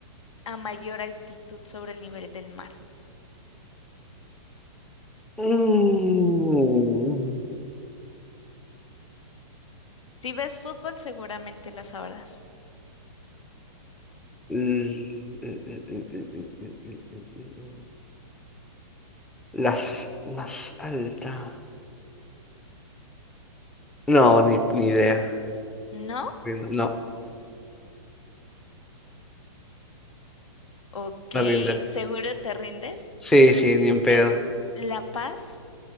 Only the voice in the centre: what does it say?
Mm.
eh, eh, eh, eh, eh, eh, eh, eh, eh. Las más altas No, ni, ni idea.
Rindo. No,
me rindo. ¿No?
Sí, sí, ni en pedo.